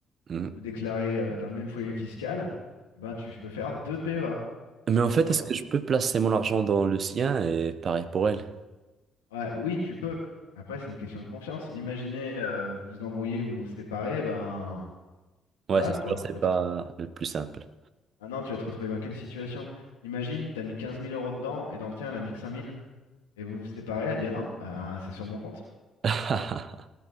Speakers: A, on the right; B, on the left.
A: Mhm.
B: vous vous déclarez euh, dans le même foyer fiscal, eh ben, tu peux faire deux PEA.
A: Mais en fait,
B: Tu vois?
A: est-ce que je peux placer mon argent dans le sien et pareil pour elle?
B: Ouais, oui, tu peux. Mais après, c'est une question de confiance. Imaginez, euh, vous vous embrouillez, vous vous séparez, ben
A: Ouais,
B: voilà
A: c'est
B: quoi.
A: sûr, c'est
B: Tu vas
A: pas
B: te...
A: le plus simple.
B: Ah non, tu vas te retrouver dans quelle situation? Imagine, tu as mis 15 000 euros dedans et dans le tien, elle a mis que 5 000. Et vous vous séparez, elle dit ah non, ben, c'est sur mon compte.
A: <laughs>